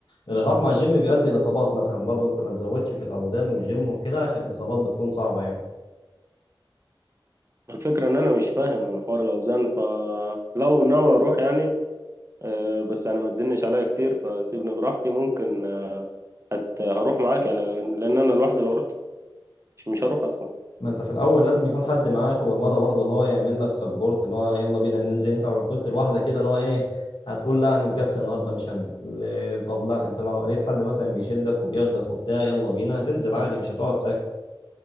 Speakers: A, on the left; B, on the right.
A: الارهاق مع الجيم بيؤدي لاصابات مثلا برضه انت ما تزودش في الاوزان والجيم وكده عشان الاصابات بتكون صعبه يعني
B: الفكرة إن أنا مش فاهم من حوار الأوزان فلو ناوي أروح يعني آه، بس يعني ما تزنش عليا كتير فسيبني براحتي ممكن آه، هت هروح معاك يعني لأن أنا لوحدي لو رحت مش مش هروح أصلا
A: ما انت في الاول لازم يكون حد معاك والمره برضه اللي هو يعمل لك سبورت اللي هو يلا بينا ننزل انت لو كنت لوحدك كده اللي هو ايه هتقول لا انا مكسل النهارده مش هنزل ل- طب لا انت لو لقيت حد مثلا بيشدك وبياخدك وبتاع يلا بينا هتنزل عادي مش هتقعد ساكت